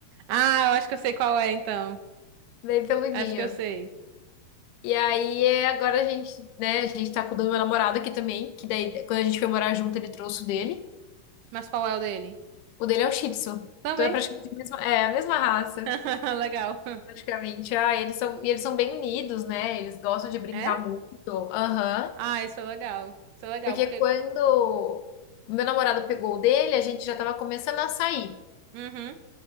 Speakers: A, on the right; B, on the left.
A: Ah, eu acho que eu sei qual é, então.
B: Bem peludinho.
A: Acho que eu sei.
B: E aí, é, agora a gente, né, a gente tá cuidando do meu namorado aqui também, que daí, quando a gente foi morar junto, ele trouxe o dele.
A: Mas qual é o dele?
B: O dele é o Shih Tzu.
A: Também.
B: Então é praticamente a mesma, é, a mesma raça,
A: <laughs> Legal.
B: praticamente. Ah, eles são, e eles são bem unidos, né? Eles gostam de brincar
A: É?
B: muito. Aham.
A: Ah, isso é legal. Isso é legal,
B: Porque
A: porque.
B: quando o meu namorado pegou o dele, a gente já tava começando a sair.
A: Uhum,